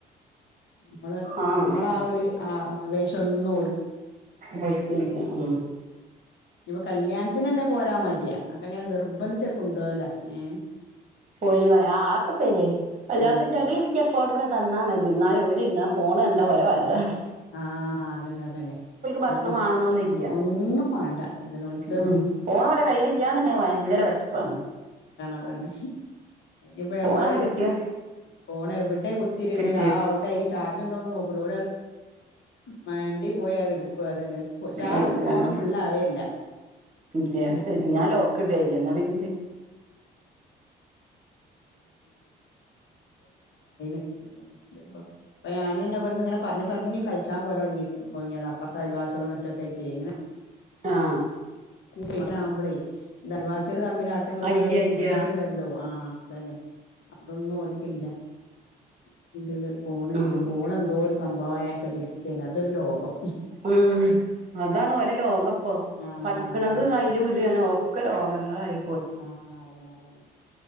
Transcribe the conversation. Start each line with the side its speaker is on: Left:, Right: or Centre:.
Left: നമ്മള്
Right: ആഹ്
Left: നമ്മള ആ ഒരു വേശം ഒന്നും
Right: വരത്തില്ല ആ
Left: ഇപ്പ കല്യാണത്തിന് തന്നെ പോരാൻ മേടിയാ അക്ക അങ്ങനെ നിർബന്ധിച്ചവരെ കൊണ്ടോല ഏ
Right: പോയി ആക്കെ ശരി എല്ലാ
Left: ഉം
Right: ഞങ്ങളിങ്ങനെ ഫോർഡ് തന്നാൽ മതി എന്നാല് ഫോണ് കണ്ട ഓ ലെ വയറനറയും
Left: ആഹ അതന്നെ അതന്നെ
Right: ഭക്ഷണം
Left: ഓരിക്ക്
Right: വേണന്നൊന്നുല്ല
Left: ഒന്നും വേണ്ട അതാണ്
Right: ഉം ഫോണ് ഓലെ കയ്യിലില്ലാന്നുണ്ടെങ്കി ഭയങ്കര വെശപ്പാണ്
Left: അതാണ് ഇപ്പോ
Right: ഫോണാണ്ട്
Left: മ്മള്
Right: കിട്ടിയ
Left: ഫോൺ എവിടെ കുത്തിടുന്ന്
Right: കിട്ടിയ
Left: ആ അവിടെ ഈ ചാർജ ണ്ടോന്ന് നോക്കലോ മണ്ടി പോയി അതെടുക്കും ചാർജ്
Right: എടുക്കാണ്
Left: ഫോൺ ഫുൾ അവെല്ല
Right: ഇല്ല അത് ശരി ഞാൻ ലോക്ക് ഇട ചെയ്യാ എന്നാ പിന്നെ ഓല്
Left: <unintelligible> ഇപ്പ ഞാനിന്ന് വിടുന്ന് ഇങ്ങനെ പറഞ്ഞ പറഞ്ഞെ കഴിച്ചൻ പോവല്ലേ <unintelligible> അപ്പറത്തു അൽവാസികളും മറ്റൊക്കെ ആയിട്ട് ഇങ്ങനെ
Right: ആ
Left: പിന്നെ ആമ്പളെ അയൽവാസികൾ തമ്മിൽ അങ്ങോട്ടും ഇങ്ങോട്ടുള്ള
Right: അയ്യ
Left: ഒരു കൂട്ടുകെട്ടുണ്ടല്ലോ
Right: ഇല്ല്യ
Left: ആ അതന്നെ അതൊന്നും ഓല്ക്കില്ല <unintelligible> ഫോൺ ആയിട്ട്
Right: ആഹ്
Left: ഫോൺ എന്തോ ഒരു സംഭവം ആയാ <unintelligible> അതന്നെ അതൊരു ലോകം
Right: ഉം അതാണ് വലിയ ലോകംപ്പം
Left: ആഹ്
Right: പഠിക്കണത്
Left: അതെ അതെ അതെ
Right: അയിൽ വിടിയണോ ഓ ഒക്കെ രോഗങ്ങളായി
Left: ആഹ് അതന്നെ അതന്നെ